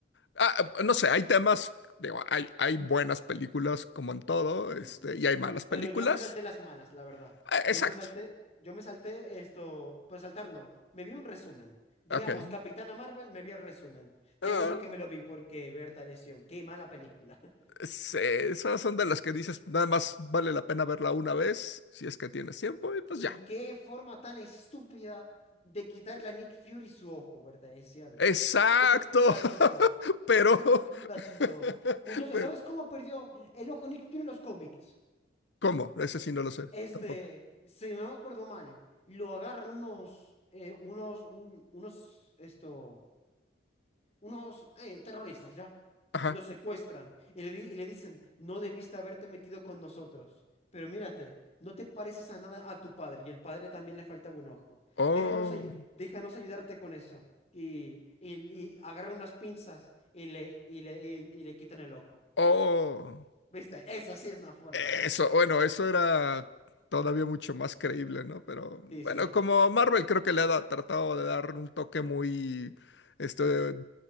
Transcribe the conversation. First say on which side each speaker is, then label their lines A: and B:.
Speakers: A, on the left; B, on the left.
A: Ah, no sé, hay temas, digo, hay, hay buenas películas como en todo,
B: Sí,
A: este,
B: sí.
A: y hay malas películas.
B: Pero yo me salté las malas, la verdad.
A: Ah,
B: Yo
A: exacto.
B: me salté, yo me salté esto, pues saltar no. Me vi un resumen. Digamos,
A: Ok.
B: Capitana Marvel, me vi el resumen. Qué
A: Ah,
B: bueno que me lo vi porque Berta lesión, qué mala película. <laughs>
A: sí, esas son de las que dices, nada más vale la pena verla una vez, si es que tienes tiempo, y pues
B: Y
A: ya.
B: qué forma tan estúpida de quitarle a Nick Fury su ojo, Berta lesión.
A: Exacto.
B: Como que un gatito?
A: <laughs> Pero,
B: Como que un gatito?
A: <laughs>
B: Muchachos,
A: pero,
B: ¿sabes cómo perdió el ojo Nick Fury en los cómics?
A: ¿cómo? Ese sí no lo sé,
B: Este,
A: tampoco.
B: si no me acuerdo mal, lo agarran unos, eh, unos, un- unos, esto, unos eh, terroristas, ¿ya?
A: Ajá.
B: Lo secuestran y le, di- y le dicen, no debiste haberte metido con nosotros, pero mírate, no te pareces a nada a tu padre y el padre también le faltaba un ojo.
A: Oh,
B: Déjanos, ayu- déjanos ayudarte con eso. Y, y, y agarra unas pinzas y le, y le, y, y le quitan el ojo.
A: oh.
B: ¿Viste? Esa sí es una forma.
A: Eso, bueno, eso era todavía mucho más creíble, ¿no? Pero
B: Sí,
A: bueno,
B: sí,
A: como Marvel creo que le ha da- tratado de dar un toque muy, este, de,